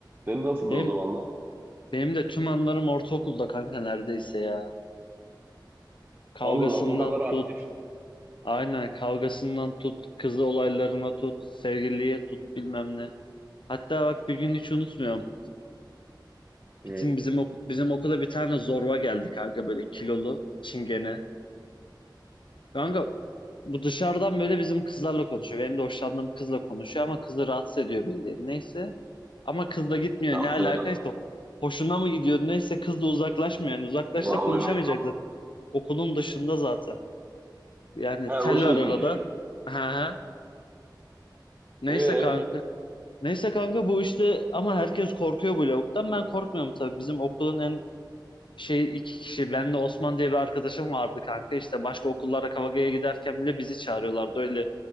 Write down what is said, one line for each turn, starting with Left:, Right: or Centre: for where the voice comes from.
Right: Senin nasıldı
Left: Benim,
Right: o zamanlar?
Left: benim de tüm anılarım ortaokulda kanka neredeyse ya. Kavgasından
Right: Allah o kadar aktif.
Left: tut. Aynen kavgasından tut. Kızı olaylarına tut. Sevgiliye tut bilmem ne. Hatta bak bir gün hiç unutmuyorum.
Right: Hı.
Left: Bizim, bizim, oku- bizim okula bir tane zorba geldi kanka böyle kilolu. Çingene. Kanka Bu dışarıdan böyle bizim kızlarla konuşuyor. Benim de hoşlandığım kızla konuşuyor ama kızı rahatsız ediyor bildiğin. Neyse. Ama kız da gitmiyor.
Right: Aslında.
Left: Ne alakaysa hoşuna mı gidiyor? Neyse kız da uzaklaşmıyor. Yani uzaklaşsa
Right: Ya,
Left: konuşamayacak
Right: öyle.
Left: zaten. Okulun dışında zaten. Yani
Right: Ha
Left: tel
Right: o şekilde.
Left: var arada. Aha. Neyse
Right: Ee,
Left: kanka. Neyse kanka bu işte ama herkes korkuyor bu lavuktan. Ben korkmuyorum tabii. Bizim okulun en şey iki kişi. Ben de Osman diye bir arkadaşım vardı kanka. İşte başka okullara kavgaya giderken bile bizi çağırıyorlardı. Öyle